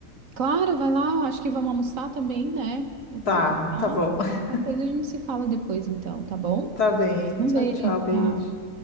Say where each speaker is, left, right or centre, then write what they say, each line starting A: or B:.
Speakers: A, on the right; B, on the left.
A: Claro, vai lá. Acho que vamos almoçar também, né? Eu vou
B: Tá,
A: almoçar.
B: tá bom. <laughs>
A: Qualquer coisa a gente se fala depois, então, tá bom?
B: Tá bem.
A: Um
B: Tchau,
A: beijo,
B: tchau, beijo.
A: tchau.